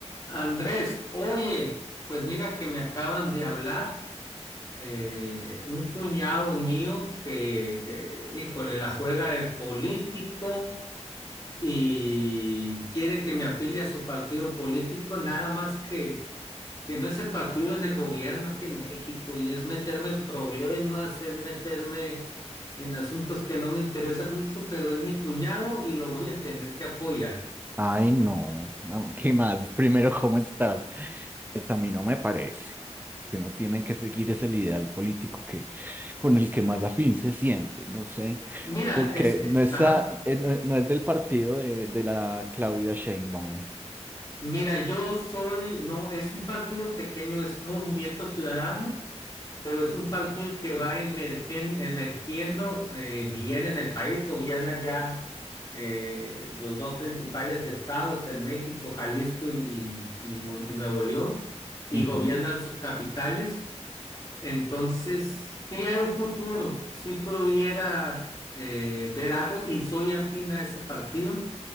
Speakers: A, on the left; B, on the right.
A: Andrés, oye, pues mira que me acaban de hablar eh, un cuñado mío que, que, híjole, la juega de político y quiere que me afilie a su partido político, nada más que, que no es el partido en el gobierno aquí en México y es meterme en problemas, es meterme en asuntos que no me interesan mucho, pero es mi cuñado y lo voy a tener que apoyar.
B: Ay, no. ¿Qué más? Primero, ¿cómo estás? Pues a mí no me parece que uno tiene que seguir ese ideal político que, con el que más afín se siente, no sé.
A: Mira,
B: Porque
A: es, eh,
B: no, está,
A: ajá.
B: eh, no, no es del partido de, de la Claudia Sheinbaum.
A: Mira, yo soy, no, es un partido pequeño, es Movimiento Ciudadano, pero es un partido que va emergen- emergiendo eh, bien en el país, gobierna ya eh, los dos principales estados en México, Jalisco y, y Mon- y Nuevo León, y
B: Ujú,
A: gobiernan sus capitales. Entonces, sí hay futuro, sí pudiera eh, ver algo y soy afín a ese partido.